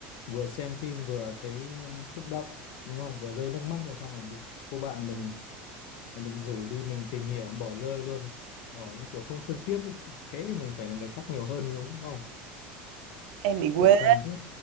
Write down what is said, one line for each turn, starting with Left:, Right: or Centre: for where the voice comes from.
Left: vừa xem phim vừa thấy xúc động đúng không vừa rơi nước mắt rồi xong là bị cô bạn mình định rủ đi mình tìm hiểu bỏ rơi luôn bỏ như kiểu không thương tiếc ấy. thế thì mình phải là người khóc nhiều hơn mới đúng đúng không
Right: em bị quê
Left: khổ thân thế